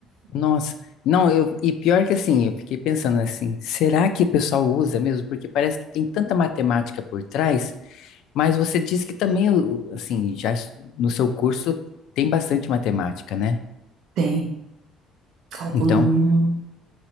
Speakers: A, on the left; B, on the right.
A: Nossa. Não, eu, e pior que assim, eu fiquei pensando assim, será que o pessoal usa mesmo? Porque parece que tem tanta matemática por trás, mas você diz que também, assim, já es- no seu curso tem bastante matemática, né?
B: Tem. Cálculo
A: Então,
B: 1.